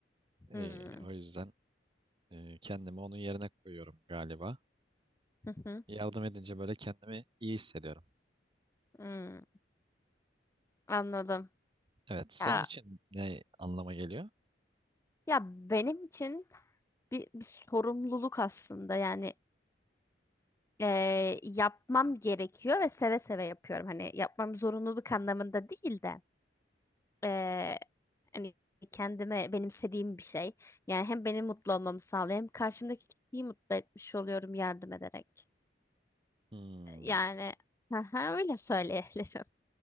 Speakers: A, on the right (about 30°); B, on the left (about 15°).
A: Ee,
B: Hmm.
A: o yüzden e, kendimi onun yerine koyuyorum galiba.
B: Hı hı.
A: Yardım edince böyle kendimi iyi hissediyorum.
B: Hmm. Anladım.
A: Evet, senin
B: Ya
A: için ne anlama geliyor?
B: ya benim için bir, bir sorumluluk aslında. Yani eee, yapmam gerekiyor ve seve seve yapıyorum. Hani yapmam zorunluluk anlamında değil de. Ee, hani kendime benimsediğim bir şey. Yani hem beni mutlu olmamı sağlıyor hem karşımdaki kişiyi mutlu etmiş oluyorum yardım ederek.
A: Hmm,
B: Yani <laughs> haha, öyle söyleyebilirim.